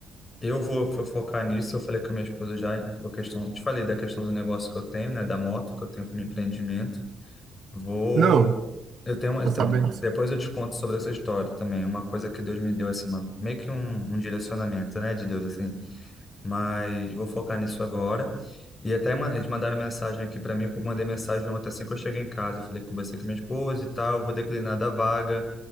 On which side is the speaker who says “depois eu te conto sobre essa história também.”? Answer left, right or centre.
Left